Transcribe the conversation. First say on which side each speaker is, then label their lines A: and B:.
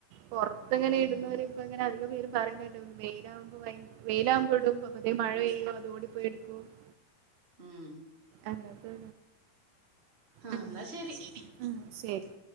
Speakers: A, on the right; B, on the right.
A: പുറത്ത്ങ്ങനെ ഇടുന്നവരും
B: ഉം
A: ഇ ഇങ്ങനെ അധിക പേ പറനെകെട്ട് വെയിലാവുമ്പോ വെയിലാവകുമ്പോ ഇട്ടും അപ്പ പതേ മഴ പെയ്യോ അതാണ്ട് പേ ടിക്കും <unintelligible>
B: ഉം
A: എന്നിട്ട്
B: ആഹ്
A: ഉ
B: എന്നാ ശരി
A: ആ ശരി